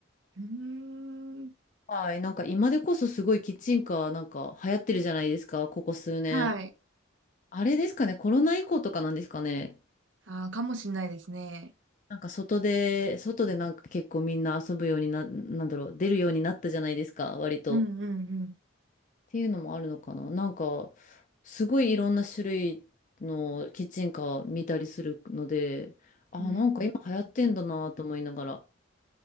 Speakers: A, on the right; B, on the left.
A: うーん。
B: はい、なんか今でこそすごいキッチンカーなんか流行ってるじゃないですか、ここ数年。
A: はい。
B: あれですかね、コロナ以降とかなんですかね。
A: ああ、かもしんないですね。
B: なんか外で、外でなんか結構みんな遊ぶようにな、なんだろう、出るようになったじゃないですか、割と。
A: うんうん
B: ていうのもあるのかな。なんか、すごいいろんな種類のキッチンカー見たりするので、あ、
A: うん。うん、
B: なんか今流行ってんだなと思いながら。